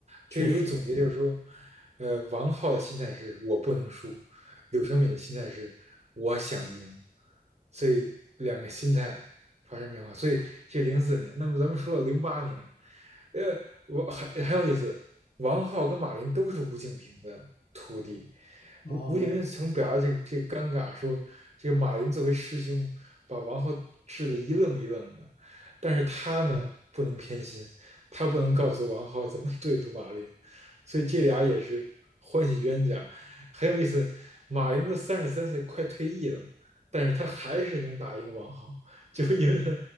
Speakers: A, on the left; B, on the right.
A: 确实。
B: 这有个总结就是说，呃，王浩的心态是我不能输，柳承敏的心态是我想赢，所以两个心态发生变化。所以这零四年，那么咱们说到零八年，呃，我很很有意思，王浩跟马琳都是吴敬平的徒弟。
A: 哦，
B: 吴吴敬琏曾表达这个这个尴尬说，这个马云作为师兄，把王浩治得一愣一愣的，但是他呢不能偏心，他不能告诉王浩怎么对付马林，所以这俩也是欢喜冤家，
A: 嗯
B: 很有意思。马云都三十三岁，快退役了，但是他还是能打赢王浩，就是因为他